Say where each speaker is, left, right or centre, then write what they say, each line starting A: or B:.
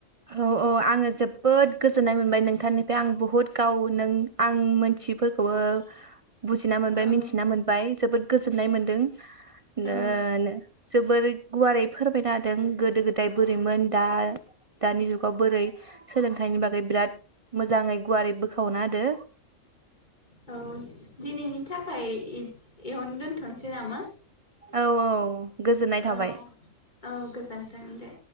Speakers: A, on the right; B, on the left.
A: औ औ आङो जोबोद गोजोननाय मोनबाय नोंथांनिफ्राय आं बुहुत गाव नों आं मोनथिफोरखौबो बुजिना मोनबाय
B: औ
A: मिथिना मोनबाय जोबोद गोजोननाय मोनदों नो
B: औ
A: नो जोबोरै गुवारै फोरमायना हादों गोदो गोदाय बोरैमोन दा दानि जुगाव बोरै सोलोंथाइनि बागै बिराद मोजाङै गुवारै बोखावना होदो।
B: औ दिनैनि थाखाय एयावनो दोनथ'नोसै नामा?
A: औ औ गोजोननाय थाबाय।
B: औ औ गोजोन्थों दे।